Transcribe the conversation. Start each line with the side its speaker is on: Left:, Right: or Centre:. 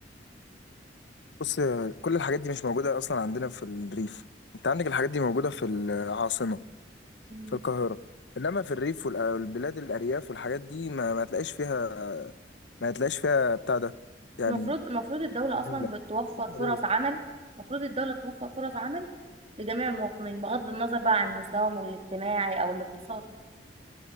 Left: بص كل الحاجات دي مش موجودة أصلا عندنا في الريف أنت عندك الحاجات دي موجودة في العاصمة
Right: مم.
Left: في القاهرة إنما في الريف والبلاد الأرياف والحاجات دي ما, ما تلاقيش فيها ما تلاقيش فيها بتاع ده يعني
Right: المفروض المفروض الدولة
Left: مجالة.
Right: أصلا بتوفر
Left: مفيش
Right: فرص
Left: مجالة.
Right: عمل المفروض الدولة توفر فرص عمل لجميع المواطنين بغض النظر بقى عن مستواهم الاجتماعي أو الاقتصادي